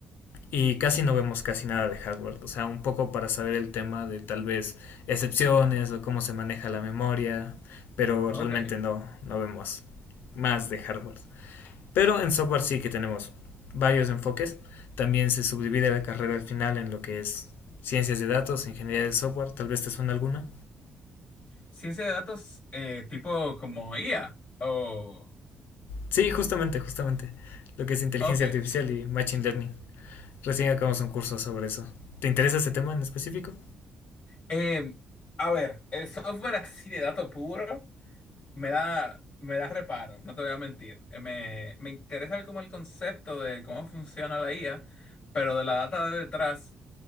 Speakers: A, on the left (about 80°); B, on the left (about 50°).
A: y casi no vemos casi nada de hardware. O sea, un poco para saber el tema de tal vez excepciones o cómo se maneja la memoria, pero
B: Ok.
A: realmente no, no vemos más de hardware. Pero en software sí que tenemos varios enfoques. También se subdivide la carrera al final en lo que es ciencias de datos, ingeniería de software, tal vez te suena alguna.
B: Ciencia de datos eh, tipo como IA o...
A: Sí, justamente, justamente. Lo que es inteligencia
B: Ok.
A: artificial y machine learning. Recién acabamos un curso sobre eso. ¿Te interesa ese tema en específico?
B: Eh, a ver, el software así de dato puro me da, me da reparo, no te voy a mentir. Eh, Me, me interesa como el concepto de cómo funciona la IA, pero de la data de detrás,